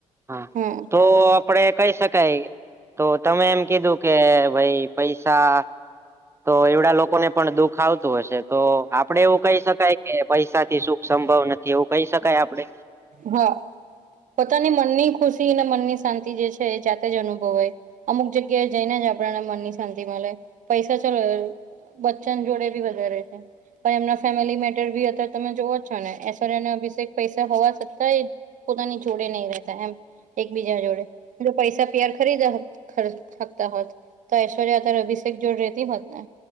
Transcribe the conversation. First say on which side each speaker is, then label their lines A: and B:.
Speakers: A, on the right; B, on the right.
A: હા
B: હમ.
A: તો આપડે કહી શકાય તો તમે એમ કીધું કે ભાઈ પૈસા તો એવડા લોકોને પણ દુઃખ આવતું હશે તો આપડે એવું કહી શકાય કે પૈસા થી સુખ સંભવ નથી એવું કહી શકાય આપડે?
B: હા. પોતાની મનની ખુશી અને મનની શાંતિ જે છે એ જાતે જ અનુભવાય. અમુક જગ્યાએ જઈને જ આપણને મનની શાંતિ મળે પૈસા ચાલ બચ્ચન જોડે ભી વધારે છે. પણ એમના ફેમિલી મેટર ભી અત્યારે તમે જોવો જ છો ને એશ્વર્ય અને અભિષેક પૈસા હોવા છતાં એ પોતાની જોડે નહીં રહેતા એમ એકબીજા જોડે. જો પૈસા પ્યાર ખરીદા ખરી શકતા હોત તો ઐશ્વર્ય અત્યારે અભિષેક જોડ રેતી હોત ને